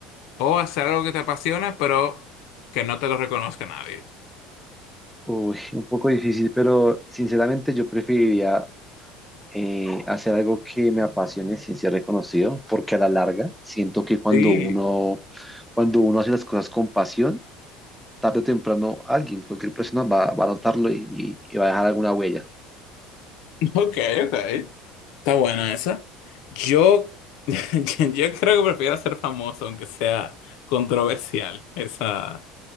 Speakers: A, on the left; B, in the centre.
A: o hacer algo que te apasiona pero que no te lo reconozca nadie?
B: Uy, un poco difícil, pero sinceramente yo preferiría eh, hacer algo que me apasione sin ser reconocido, porque a la larga siento que cuando
A: Sí,
B: uno, cuando uno hace las cosas con pasión, tarde o temprano alguien, cualquier persona va, va a notarlo y, y- y va a dejar alguna huella.
A: <laughs> ok, ok. Está buena esa. Yo, <laughs> yo creo que prefiero ser famoso, aunque sea controversial, esa,